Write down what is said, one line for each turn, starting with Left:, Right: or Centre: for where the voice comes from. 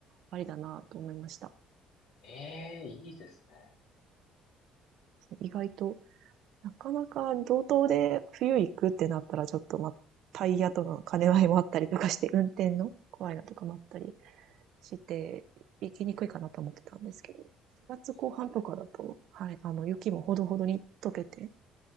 Right: ありだなと思いました。
Left: ええ、いいですね。
Right: 意外と、なかなか道東で冬行くってなったら、ちょっとま、タイヤとの兼ね合いもあったりとかして、運転の怖いなとかもあったり、して行きにくいかなと思ってたんですけど、4月後半とかだと、はい、あの、雪もほどほどに溶けて、